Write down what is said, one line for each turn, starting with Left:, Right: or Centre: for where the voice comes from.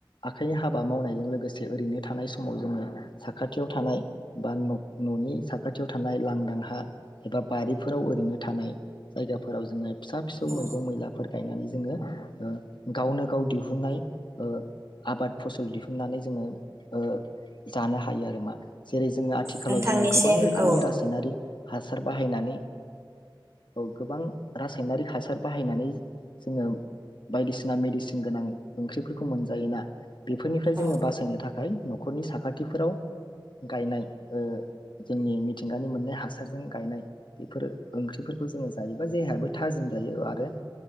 Left: आखाइनि हाबा मावनाय जों लोगोसे ओरैनो थानाय समाव जोङो साखाथियाव थानाय बा न' न'नि साखाथियाव थानाय लांदां हा एबा बारिफोराव ओरैनो थानाय जायगाफोराव जोङो फिसा फिसौ
Right: औ
Left: मैगं मैलाफोर गायनानै जोङो ओ गावनो गाव दिहुननाय ओ आबाद फसल दिहुन। ननानै जोङो ओ जानो हायो आरो मा। जेरै जोङो आथिखालाव
Right: नोंथांनिसिम
Left: जोङो गोबां रोखोमनि
Right: औ
Left: रासायनारि हासार बाहायनानै औ गोबां रासायनारिक हासार बाहायनानै जोङो बायदिसिना मेडिसिन गोनां ओंख्रिफोरखौ मोनजायोना बे। फोरनिफ्राय जोङो
Right: औ
Left: बासायनो थाखाय न'खरनि साखाथिफोराव गायनाय ओ जोंनि मिथिंगानि मोननाय हासारजों गायनाय बेफोर ओंख्रिफोरखौ जोङो जायोबा जेहायाबो थाजिम जायो आरो